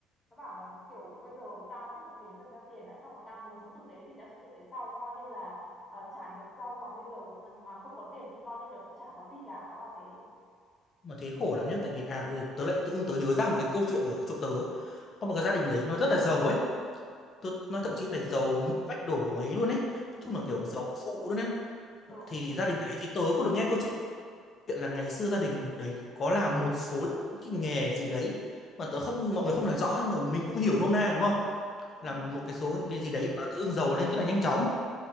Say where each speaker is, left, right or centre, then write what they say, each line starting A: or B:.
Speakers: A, on the left; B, on the left.
A: nó bảo là kiểu bây giờ tao cứ phải kiếm được ra tiền đã xong rồi tao muốn sống tử tế thì tao sống tử tế sau coi như là ờ, trả nghiệp sau còn bây giờ mà không có tiền thì coi như là cũng chả có gì cả nó bảo thế
B: mà thế khổ lắm nhá tại vì à ừ, tớ lại tự dưng tớ nhớ ra một cái câu chuyện ở chỗ tớ Có một cái gia đình đấy nó rất là giàu ấy tôi nói thậm chí
A: ừ
B: phải giàu nứt vách đổ ấy luôn ấy nói
A: ừ
B: chung là kiểu giàu sụ luôn ấy
A: ừ
B: thì gia đình đấy thì tớ có được nghe câu chuyện là ngày xưa gia đình đấy có làm một số cái nghề gì đấy mà tớ không mọi người không nói rõ nhưng mà mình cũng hiểu nôm na đúng không
A: ừ
B: làm một cái số những cái gì đấy mà tự dưng giàu lên rất là nhanh chóng